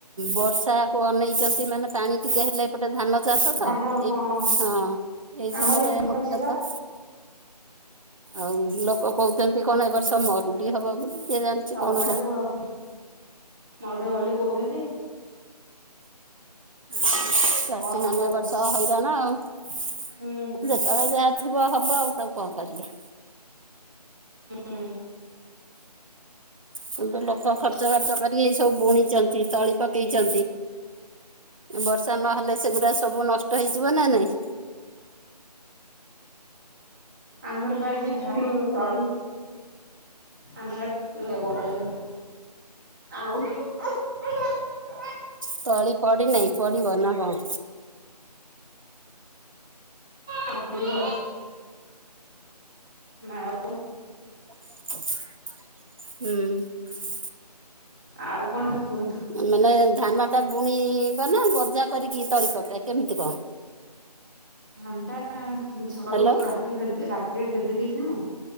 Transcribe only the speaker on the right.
ବର୍ଷାକୁ ଅନେଇଛନ୍ତି, ମାନେ ପାଣି ଟିକେ ହେଲେ ଏପଟେ ଗୋଟ ଧାନ ଚାଷ ତ
ଏଇ
ହଁ ଏଇ ସମୟରେ
ମୁଖ୍ୟତଃ
ଆଉ ଲୋକ କହୁଛନ୍ତି କଣ ଏ ବର୍ଷ ମରୁଡି ହବ ବୋଲି କିଏ ଜାଣିଛି
କଣ ହବ?
ଚାଷୀ
ମାନେ
ବର୍ଷା ହଇରାଣ ଆଉ ଯେତେବେଳେ
ଯାହା ଯିବ ହବ ଆଉ ସବୁ କଣ କରିବ।
କିନ୍ତୁ
ଲୋକ ଖର୍ଚ୍ଚବାର୍ଚ୍ଚ କରିକି ଏ ସବୁ ବୁଣିଛନ୍ତି, ତଳି ପକେଇଛନ୍ତି ବର୍ଷା ନହେଲେ ସେଗୁଡା ସବୁ ନଷ୍ଟ ହେଇଯିବ ନା ନାଇଁ।
ତଳି ପଢିନାହିଁ, ପଢିବ ନା କଣ?
ହୁଁ।
ମାନେ ଧାନ ଟା ବୁଣିବା ନା ଗଜା କରିକି ତଳି ପକାଏ କେମିତି କଣ?
ହ୍ୟାଲୋ